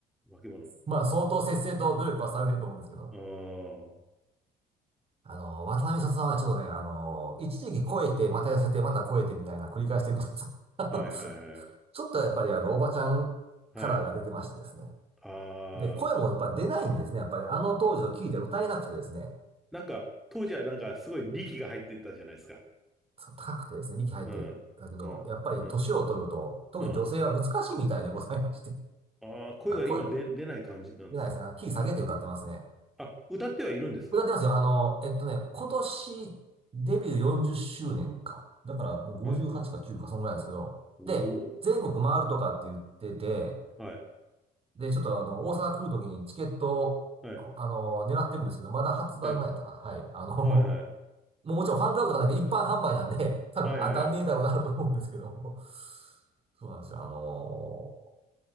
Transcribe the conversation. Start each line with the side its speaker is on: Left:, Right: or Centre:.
Centre: 化け物。
Right: まあ相当節制と努力はされてると思うんですけども。
Centre: ああ、
Right: あの、渡辺里さんはね、ちょっとね、あの、一時期超えて、また痩せて、また超えてみたいな繰り返してるみたいです。<laughs> あのちょっとやっぱりあの、
Centre: はいはいはい。
Right: おばちゃんカラーが出てましてですね。
Centre: はい。ああ、
Right: で、声もやっぱり出ないんですね。やっぱりあの当時のキーで歌えなくてですね。
Centre: なんか、当時はなんかすごい力が入ってたじゃないですか。
Right: そう、高くてですね、力入ってだけど、
Centre: うん、うん、
Right: やっぱり年を取ると、
Centre: うん、
Right: 特に女性は難しいみたいでございまして。
Centre: うん。ああ、声が今出、
Right: まあ、声、
Centre: 出ない感じなんですか。
Right: 出ないですね。あのキー下げて歌ってますね。
Centre: あ、歌ってはいるんですか。
Right: 歌ってますよ。あの、えっとね、今年デビュー40周年か。だからもう58か9か、
Centre: はい。
Right: そんぐらいですけど。
Centre: おお、
Right: で、全国回るとかって言ってて、
Centre: はい、
Right: で、ちょっとあの、大阪来るときにチケットを、
Centre: はい、
Right: あの、狙ってるんですけど、まだ発売前やったかな。
Centre: ね
Right: はい。あの、<laughs>
Centre: はい、はい、
Right: もうもちろんファンクラブとかないで一般販売なんで、多分当たんねえだろうなと思うんですけども。
Centre: はい、はい、はい。
Right: <laughs> そうなんですよ。あの、